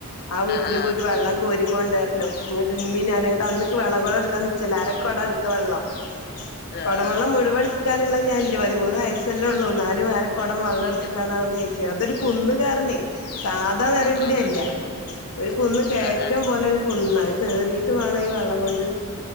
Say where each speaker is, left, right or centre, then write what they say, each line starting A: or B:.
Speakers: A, on the left; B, on the left.
A: ആ വീട്ടിലും
B: ആഹ് ആഹ്
A: പോയിട്ട് വെള്ളം കോരി കൊണ്ട് വരണം ഇന്നിട്ട് ഇമ്മ ഞാനും അന്ന്ക്ക് വെള്ള കൊടം എടുക്കാൻ നിച്ചല്ല അരക്കൊട എടുക്ക വെള്ളം
B: ആഹ്
A: കുടംവെള്ളം മുഴുവെടുക്കാനുള്ളത് ഞാനില്ല പതിമൂന്ന് വയസ്സല്ലേ ഉള്ളൂ നാലു വര കുടം വള്ളെടുത്തിട്ടാണ്
B: അതന്നെ.
A: അവിടുന്നു ഏറ്റാ അതൊരു
B: ആ
A: കുന്നുകയറണേ സ <unintelligible> നേരം
B: ആ
A: കൂടി
B: ആ
A: അതില്ല ഒരു കുന്ന് കയറ്റം
B: ആ ആ.
A: പോലെ കുന്നാ അത് കേറീട്ട് വേണം ഈ വെള്ളം കൊണ്ട്